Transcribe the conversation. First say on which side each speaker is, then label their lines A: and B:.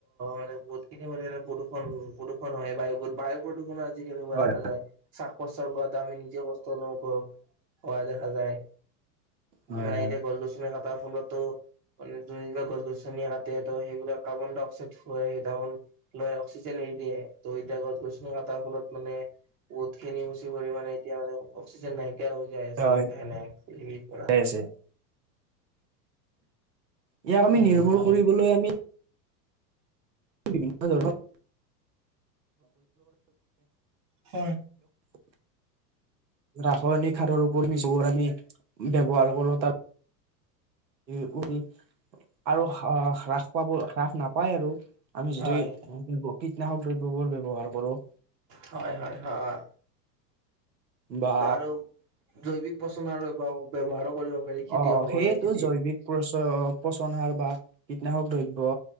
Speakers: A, on the right (about 55°); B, on the right (about 85°).
A: মানে বহুত কিতি মান প্ৰদূষণ প্ৰদূষণ হয় বায়ু বায়ু প্ৰদূষণৰ তেতিয়া কেনেকোৱা
B: হয়
A: দেখা যায় শ্বাস প্ৰচাস লওতে আমি নিজে কষ্ট অনুভৱ হোৱা দেখা যায়
B: হয়
A: মানে
B: হয়
A: এতিয়া গছ গছনি কটাৰ ফলত ত মানে যোন বিলাক গছ গছনিয়ে কাটে ত সেইবিলাক কাৰ্বন ডাই অক্সাইড খুৱাই সেই তন লৈ অক্সিজেন এৰি দিয়ে ত' এতিয়া গছ গছনি কটাৰ ফলত মানে বহুত খিনি মুচি পৰি মানে এতিয়া মান অক্সিজেন নাই কিয়া হৈ যায়
B: হয়
A: আছে
B: হয়
A: নাই নাই পৃথিৱীৰ পৰা
B: হয় আছে ইয়াক
A: উম
B: আমি নিৰ্মূল
A: হয়।
B: কৰিবলৈ আমি বিভিন্ন ধৰণৰ
A: হয়
B: <unintelligible> <inaudible> ৰাসায়নিক সাৰৰ ওপৰত যিবোৰ আমি ব্যৱহাৰ কৰো তাৰ উ আৰু হ্ৰাস পাব হ্ৰাস নাপায় আৰু আমি যদি
A: হয়
B: কীটনাশক দ্ৰব্যবোৰ ব্যৱহাৰ কৰো
A: হয় হয় হয়
B: বা
A: আৰু জৈৱিক পচন্দৰ ব্যৱহাৰো কৰিব পাৰি খেতিয়কসকলে
B: অ সেইয়েতো
A: খেতিত
B: জৈৱিক পচ পচন সাৰ বা কীটনাশক দ্ৰব্য